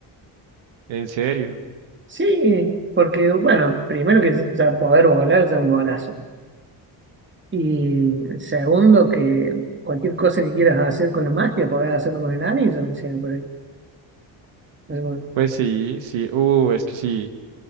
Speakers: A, on the right; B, on the right.
A: ¿En serio?
B: Sí, porque bueno, primero que ya poder volar ya es un golazo. Y segundo, que cualquier cosa que quieras hacer con la magia, podés hacerlo con el anillo, o sea, por el- algo-
A: Pues sí, sí. Uh, es que sí.